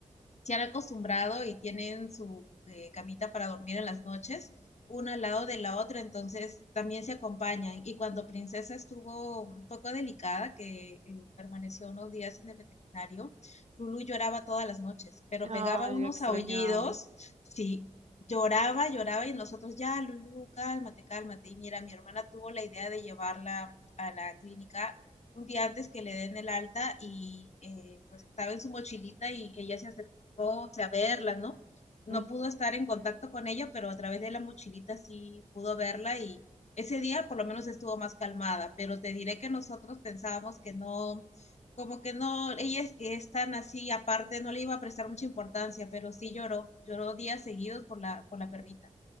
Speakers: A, on the left; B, on the right.
A: se han acostumbrado y tienen su eh, camita para dormir en las noches, una al lado de la otra, entonces también se acompañan. Y cuando Princesa estuvo un poco delicada, que eh, permaneció unos días en el veterinario, Lulu lloraba todas las noches, pero
B: Ay,
A: pegaba unos
B: lo extrañaba.
A: aullidos, sí, lloraba, lloraba y nosotros ya, Lulu, cálmate, cálmate. Y mira, mi hermana tuvo la idea de llevarla a la clínica un día antes que le den el alta y eh, pues estaba en su mochilita y ella se acercó o sea, verla, ¿no? No
B: Ujú.
A: pudo estar en contacto con ella, pero a través de la mochilita sí pudo verla y ese día por lo menos estuvo más calmada, pero te diré que nosotros pensábamos que no, como que no, ella es que es tan así, aparte no le iba a prestar mucha importancia, pero sí lloró, lloró días seguidos por la, por la perrita.